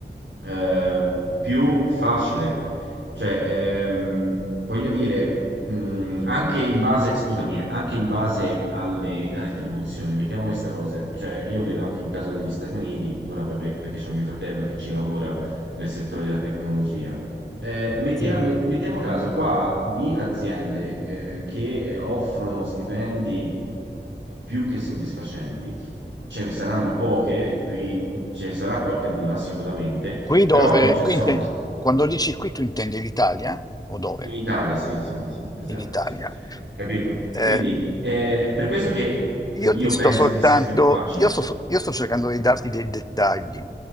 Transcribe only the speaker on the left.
Eh,
qui dove,
qui
inte- quando dici qui tu intendi l'Italia o dove?
in Italia.
Eh,
io
ti sto
soltanto,
io sto, so, io sto cercando di darti dei dettagli.